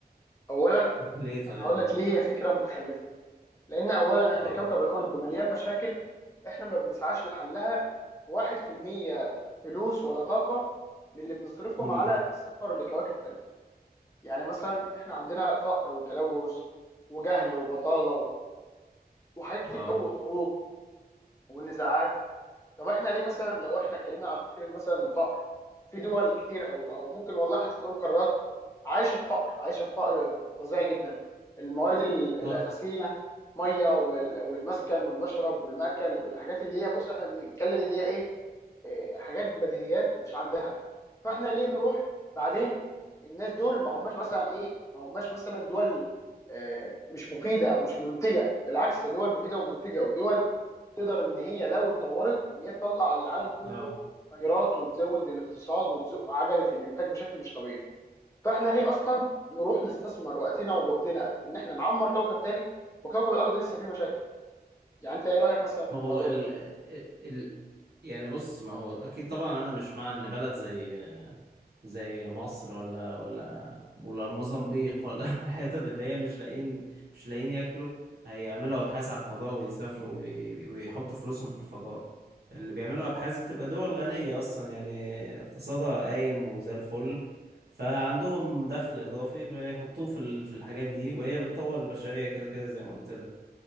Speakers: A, on the left (about 20°); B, on the right (about 75°).
A: اولا
B: <laughs> ليه طيب
A: انا هقول
B: قول
A: لك ليه هي فكره متخلفه لان اولا احنا
B: اه
A: كوكب الارض مليان مشاكل احنا ما بنسعاش لحلها 1% فلوس ولا طاقه من اللي بنصرفهم
B: امم
A: على السفر لكواكب تانية يعني مثلا احنا عندنا فقر وتلوث وجهل وبطاله وحاجات كتير
B: اه
A: قوي وحروب ونزاعات طب احنا ليه مثلا لو احنا اتكلمنا عن فكره مثلا الفقر في دول كتير او او ممكن والله حتى نقول قارات عايشه في فقر عايشه في فقر فظيع جدا الموارد ال- الاساسيه
B: صح
A: ميه وال- والمسكن والمشرب والمأكل والحاجات اللي هي بص احنا بنتكلم ان هي ايه إيه، حاجات بديهيات مش عندها فاحنا ليه نروح بعدين الناس دول ما هماش مثلا ايه ما هماش مثلا دول آه، مش مفيده او مش منتجه بالعكس دول مفيده ومنتجه ودول تقدر ان هي لو اتطورت ان هي تطلع للعالم كله
B: اه
A: خيرات وتزود الاقتصاد وتزق عجله الانتاج بشكل مش طبيعي فاحنا ليه اصلا نروح نستثمر وقتنا وجهدنا في ان احنا نعمر كوكب تاني وكوكب الارض لسه فيه مشاكل يعني انت ايه رايك مثلا في
B: ما هو
A: الموضوع
B: ال...
A: ده
B: ال... ال... يعني بص ما هو اكيد طبعا انا مش مع ان بلد زي زي مصر ولا ولا ولا موزمبيق ولا <laughs> الحتت اللي هي مش لاقيين مش لاقيين ياكلوا هيعملوا ابحاث على الفضاء ويسافروا وي- ويحطوا فلوسهم في الفضاء اللي بيعملوا ابحاث بتبقى دول غنية اصلا يعني اقتصادها قايم وزي الفل فعندهم دخل اضافي فيحطوه في ال- في الحاجات دي وهي بتطور البشرية كده كده زي ما قلت لك